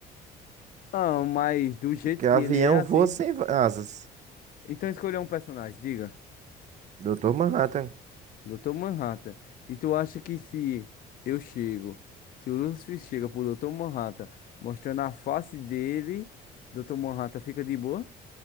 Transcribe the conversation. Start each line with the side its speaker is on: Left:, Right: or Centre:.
Left: Ah, mas do jeito
Right: Porque
Left: que
Right: avião
Left: ele é assim,
Right: voa sem asas.
Left: então escolha um personagem, diga,
Right: Doutor Manhattan.
Left: Dr. Manhattan. E tu acha que se eu chego, se o Lucifer chega pro Dr. Manhattan, mostrando a face dele, Dr. Manhattan fica de boa?